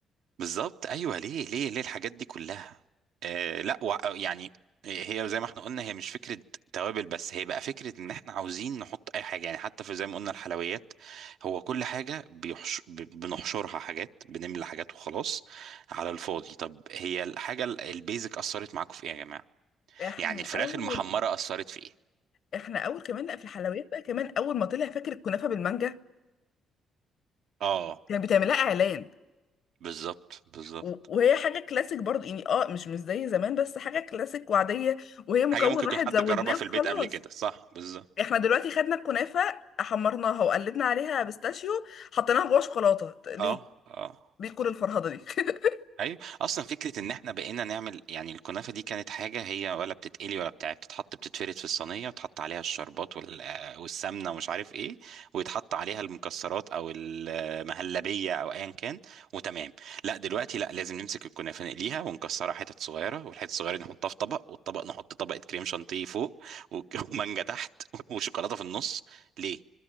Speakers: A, on the right; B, on the left.
A: بالظبط ايوه ليه ليه ليه الحاجات دي كلها آه لا وع- يعني هي زي ما احنا قلنا هي مش فكره توابل بس هي بقى فكره ان احنا عاوزين نحط اي حاجه يعني حتى في زي ما قلنا الحلويات هو كل حاجه بيحش ب- بنحشرها حاجات بنملى حاجات وخلاص على الفاضي طب هي الحاجه ال- البيزك اثرت معاكم في ايه يا جماعه
B: <laughs> احنا
A: يعني الفراخ
B: اول
A: المحمره اثرت في ايه
B: احنا اول كمان لا في الحلويات بقى كمان اول ما طلع فاكر الكنافه بالمانجا
A: اه
B: كان بتعملها اعلان
A: بالظبط بالظبط
B: و- وهي حاجه كلاسيك برضو يعني اه مش مش زي زمان بس حاجه كلاسيك وعاديه وهي مكون
A: حاجه ممكن
B: واحد
A: يكون حد
B: زودناه
A: جربها في
B: وخلاص
A: البيت قبل كده صح بالظبط
B: احنا دلوقتي خدنا الكنافه حمرناها وقلبنا عليها بيستاشيو حطيناها جوه شوكولاته ط- ليه
A: اه اه
B: ليه كل الفرهده دي <laughs>
A: ايوه اصلا فكره ان احنا بقينا نعمل يعني الكنافه دي كانت حاجه هي ولا بتتقلي ولا بتاع بتتحط بتتفرد في الصينيه وتحط عليها الشربات وال... آه، والسمنه ومش عارف ايه ويتحط عليها المكسرات او المهلبيه او ايا كان وتمام لا دلوقتي لا لازم نمسك الكنافه نقليها ونكسرها حتت صغيره والحتت الصغيره دي نحطها في طبق والطبق نحط طبقه كريم شانتيه فوق و- <laughs> ومانجا تحت وشوكولاته في النص ليه